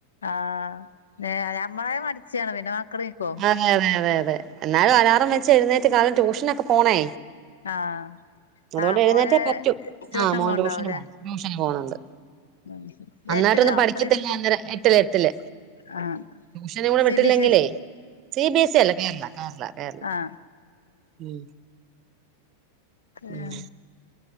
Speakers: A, on the left (about 65°); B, on the right (about 35°).
A: ആഹ് ന ഞമ്മളെ മടിച്ചിയാണ് പിന്നെ മക്കള് എണീക്കോ
B: അതെ അതെ അതെ അതെ എന്നാലും അലാറം വെച്ച് എഴുന്നേറ്റ് കാരണം ട്യൂഷനക്കെ പോണേ
A: ആഹ്
B: അതുകൊണ്ട്
A: ആഹ്
B: എഴുന്നേറ്റേ
A: മോന്
B: പറ്റൂ
A: ട്യൂഷൻ
B: ആഹ് മോൻ
A: പോണ്ടാവൂല്ലേ
B: ട്യൂഷന് പോണ് ട്യൂഷന് പോവുന്നെണ്ട്
A: ഉം
B: അന്നായിട്ടിരുന്ന്
A: എട്ടിലോ
B: പഠിക്കത്തില്ല
A: എത്രയിലാ
B: അന്നേരം എട്ടില് എട്ടില്
A: ആഹ്
B: ട്യുഷനും കൂടി
A: സി
B: വിട്ടില്ലെങ്കിലേ
A: ബി സി
B: സി ബി എസ് ഇ അല്ല കേരള കേരള കേരള
A: ആഹ്
B: ഉം
A: ഏഹ്
B: ഉം